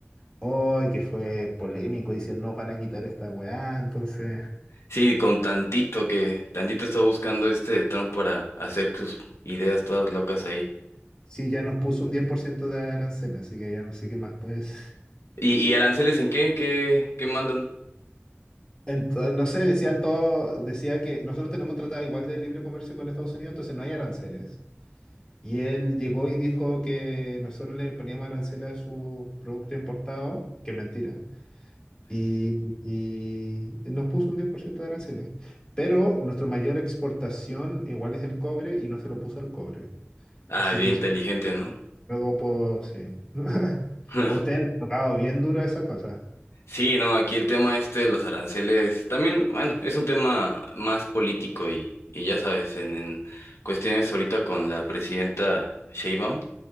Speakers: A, on the left (about 20°); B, on the left (about 85°).
A: Hoy que fue polémico, dicen, nos van a quitar esta weá, entonces...
B: Sí, con tantito que, tantito está buscando este Trump para hacer sus ideas todas locas ahí.
A: Sí, ya nos puso un 10% de arancel, así que ya no sé qué más, pues.
B: ¿Y, y aranceles en qué? ¿Qué, qué mandan?
A: Entonces, no sé, decían todo, decía que nosotros tenemos tratado igual de libre comercio con Estados Unidos, entonces no hay aranceles. Y él llegó y dijo que nosotros le poníamos aranceles a sus productos importados, que es mentira. Y, y nos puso un 10% de aranceles. Pero nuestra mayor exportación igual es el cobre y no se lo puso al cobre.
B: Ah,
A: Así
B: es bien
A: que eso
B: inteligente,
A: es
B: ¿no?
A: algo, pues, sí. <laughs>
B: <laughs>
A: A ustedes les ha tocado bien duro esa cosa.
B: Sí, no, aquí el tema este de los aranceles también, bueno, es un tema más político y, y ya sabes, en, en cuestiones ahorita con la presidenta Sheinbaum,